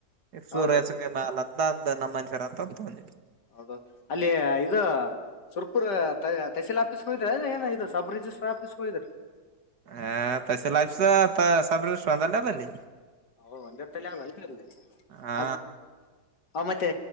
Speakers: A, on the right (about 60°); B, on the left (about 65°).
A: ಮತ್ತೆ
B: ಹೌದ್ರಿ
A: <inaudible> ನಮ್ಮ ತಕೊಂಡ್ರಿ
B: ಹೌದ ಅಲ್ಲಿ ಇದು ಸುರ್ಪುರ್ ತಹಸೀಲ್ ಆಫೀಸ್ಗೂ ಇದ್ರ ಅ ಏನ ಇದು ಸಬ್ ರಿಜಿಸ್ಟರ್ ಆಫೀಸ್ಗೂ ಇದ್ದಾರೆ
A: ಆ ತಾಶೀಲ್ ಆಫೀಸ್ ಆ ಸಬ್ ರಿಜಿಸ್ಟರ್ ಅದೆಲ್ಲ ಅಲ್ಲಿ
B: ಓ ಒಂದ್ತಲ್ಲಿ <unintelligible>
A: ಹಾ
B: ಅಲ್ ಮತ್ತೆ